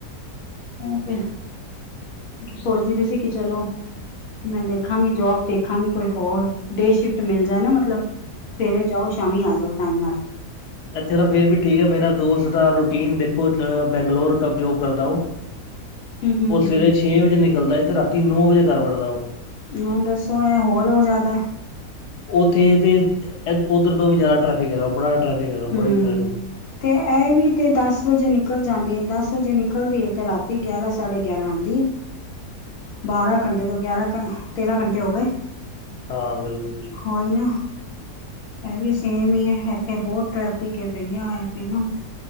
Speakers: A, on the left; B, on the left.
A: ਉਹ ਫੇਰ ਸੋਚਦੀ ਪਈ ਸੀ, ਕਿ ਚਲੋ ਮੈਂ ਦੇਖਾਂਗੀ ਜੋਬ ਦੇਖਾਂਗੀ, ਕੋਈ ਹੋਰ ਡੇ ਸ਼ਿਫਟ ਮਿਲ ਜਾਏ ਨਾ, ਮਤਲਬ। ਸਵੇਰੇ ਜਾਓ, ਸ਼ਾਮੀ ਆ ਜਾਓ, ਟਾਈਮ ਨਾਲ।
B: ਐਥੇ ਤਾਂ ਫੇਰ ਵੀ ਠੀਕ ਐ, ਮੇਰਾ ਦੋਸਤ ਦਾ ਰੂਟੀਨ ਦੇਖੋ ਬੈਂਗਲੋਰ ਜੋਬ ਕਰਦੈ ਓਹ।
A: <inaudible> ਹੂੰ
B: ਉਹ ਸਵੇਰੇ
A: ਹੂੰ
B: ਛੇਂ ਵਜੇ ਨਿਕਲਦੈ, ਤੇ ਰਾਤੀ ਨੌਂ ਵਜੇ ਘਰ ਵੜਦੈ ਉਹ।
A: ਨੌਂ ਦਸੋ ਇਹ ਹੋਰ ਹੋ ਜਾਦਾ
B: ਓਥੇ ਤੇ ਓਦਰ ਤੋਂ ਵੀ ਜਾਦਾ ਟਰੈਫਿਕ ਹੈਗੈ, ਬੜਾ ਟਰੈਫਿਕ ਹੈਗਾ, ਬੜਾ
A: ਹੂੰ
B: ਈ ਟਰੈਫਿਕ ਹੈਗੈ।
A: ਤੇ ਐਹ ਵੀ ਤੇ ਦਸ ਵਜੇ ਨਿਕਲ ਜਾਂਦੀ ਐ, ਦਸ ਵਜੇ ਨਿਕਲਦੀ ਐ, ਤੇ ਰਾਤੀ ਗਿਆਰਾਂ ਸਾਢੇ ਗਿਆਰਾਂ ਆਂਦੀ ਐ। ਬਾਰਾਂ
B: ਹਾਂ
A: ਘੰਟੇ ਤੋਂ ਗਿਆਰਾਂ ਘ, ਤੇਰਾਂ ਘੰਟੇ ਹੋ ਗਏ।
B: ਹਾਂ, ਬਿਲਕੁਲ-ਬਿਲਕੁਲ।
A: ਉਹੀ ਨਾ, ਐਹ ਵੀ ਸੇਮ ਈ ਐ, ਐਥੇ ਬੋਤ ਟਰੈਫਿਕ ਏ ਬਈਆ ਏ ਤੇ, ਨਾ